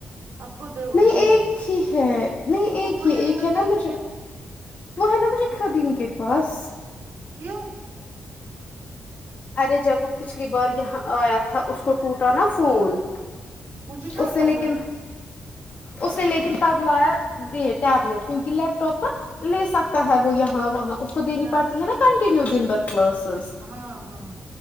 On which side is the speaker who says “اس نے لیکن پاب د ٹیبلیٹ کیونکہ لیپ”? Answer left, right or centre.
Left